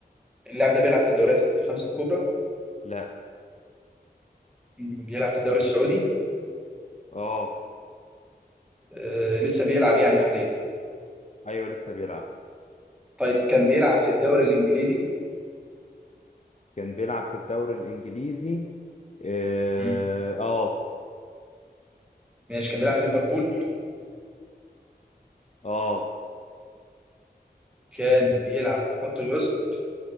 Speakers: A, in the centre; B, on the left (about 45°).
A: اللاعب ده بيلعب في الدوريات الخمسة الكبرى
B: لا
A: مم. بيلعب في الدوري السعودي
B: اه
A: آه، لسه بيلعب يعني حاليا
B: ايوه لسه بيلعب
A: طيب كان بيلعب في الدوري الانجليزي
B: كان بيلعب في الدوري الانجليزي اه
A: مم.
B: اه
A: ماشي كان بيلعب في ليفربول
B: آه،
A: كان بيلعب في خط الوسط